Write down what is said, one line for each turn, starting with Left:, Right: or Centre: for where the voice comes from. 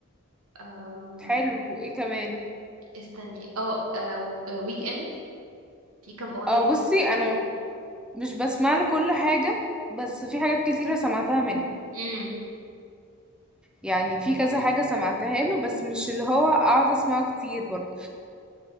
Right: آم،
Centre: حلو وايه كمان
Right: استني اه آه، ويك اند في كام أغنية
Centre: اه
Right: في
Centre: بصي
Right: الويك
Centre: انا
Right: اند
Centre: مش بسمع له كل حاجة بس في حاجات كتيرة سمعتها منه
Right: امم
Centre: يعني في كذا حاجة سمعتها له بس مش اللي هو اقعد اسمعه كتير برضه